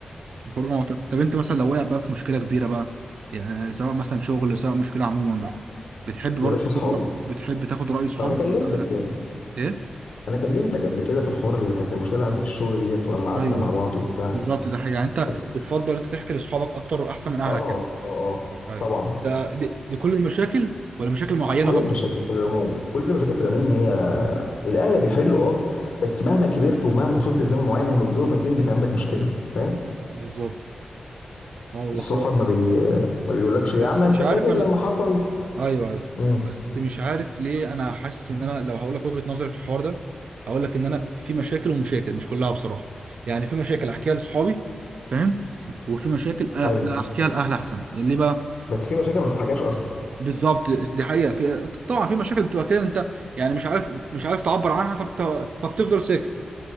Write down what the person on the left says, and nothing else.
يا باشا
اصحابي
ما انا كلمتك
يا ابني
انا كلمتك قبل كده في الحوار اللي كانت المشكله عندي في الشغل ديت ولما قعدنا
مع
بعض وبتاع
بس
اه اه
آه، آه.
طبعا
كل
المشاكل في العموم كل المشاكل في العموم هي الاهل بيحلوا اه بس مهما كبرت ومهما وصلت لزمن معين هم بيفضلوا فاكرين انك عندك مشكله فاهم
الصحاب
ما بي ما بيقولكش يا
عم
انت
فاكر
لما حصل
امم
حلو
بس في مشاكل ما بتتحكاش اصلا